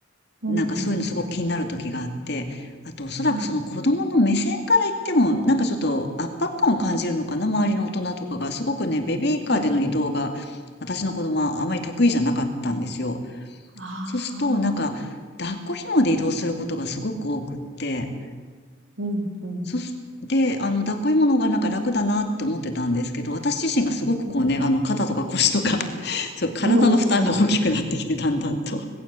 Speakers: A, on the right; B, on the left.
A: うん、
B: なんかそういうのすごく気になる時があって、
A: うん。
B: あとおそらくその子供の目線から言っても、
A: はい、
B: なんかちょっと圧迫感を感じるのかな、周りの大人とかが。すごくね、ベビーカーでの移動が、
A: はい。
B: 私の子供はあまり得意じゃなかったんですよ。
A: ああ。
B: そうすると、なんか、抱っこ紐で移動することがすごく多くって、
A: うん、うん、
B: そして、あの、抱っこ紐の方がなんか楽だなって思ってたんですけど、私自身がすごくこうね、
A: うん。
B: あの、肩とか腰とか <laughs>、そう、体の負担が大きくなってきて、
A: うん、<laughs> そう
B: だんだんと。